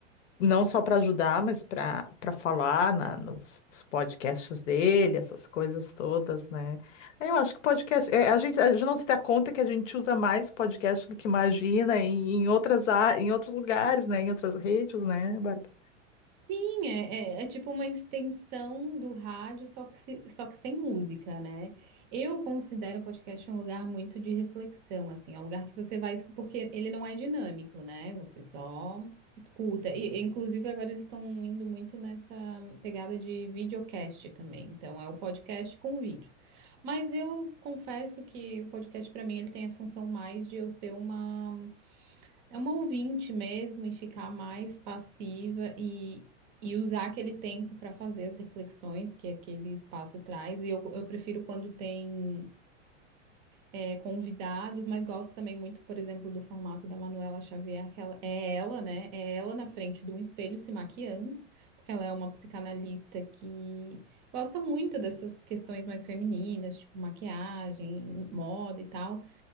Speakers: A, on the left; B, on the right.
A: não só para ajudar, mas para para falar na, nos, nos podcasts dele, essas coisas todas, né? Eu acho que podcast, eh, a gente, a gente não se dá conta que a gente usa mais podcast do que imagina em, em outras, a- em outros lugares, né? Em outras redes, né, Bárbara?
B: Sim, é, é, é tipo uma extensão do rádio, só que, se- só que sem música, né? Eu considero o podcast um lugar muito de reflexão, assim, é um lugar que você vai, escu- porque ele não é dinâmico, né? Você só escuta. E, e, inclusive, agora eles estão indo muito nessa pegada de videocast também. Então, é o podcast com vídeo. Mas eu confesso que o podcast, para mim, ele tem a função mais de eu ser uma. É uma ouvinte mesmo e ficar mais passiva e, e usar aquele tempo para fazer as reflexões que aquele espaço traz. E eu, eu prefiro quando tem é, convidados, mas gosto também muito, por exemplo, do formato da Manuela Xavier, que ela, é ela, né? É ela na frente de um espelho se maquiando, porque ela é uma psicanalista que gosta muito dessas questões mais femininas, tipo maquiagem, moda e tal.